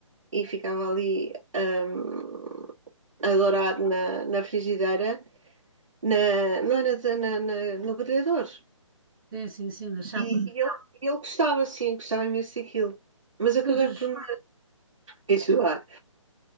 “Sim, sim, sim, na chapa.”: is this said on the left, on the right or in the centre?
Right